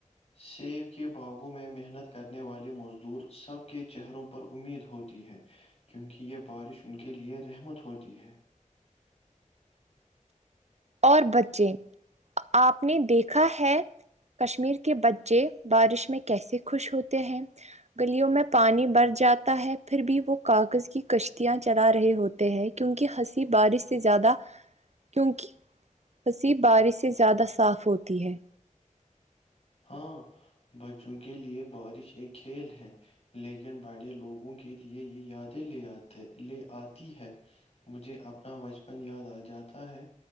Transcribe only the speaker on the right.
اور بچے آپ نے دیکھا ہے کشمیر کے بچے بارش میں کیسے خوش ہوتے ہیں گلیوں میں پانی بھر جاتا ہے پھر بھی وہ کاغذ کی کشتیاں چلا رہے ہو تے ہیں کیونکہ ہنسی بارش سے زیادہ کیونکہ ہنسی بارش سے زیادہ صاف ہوتی ہے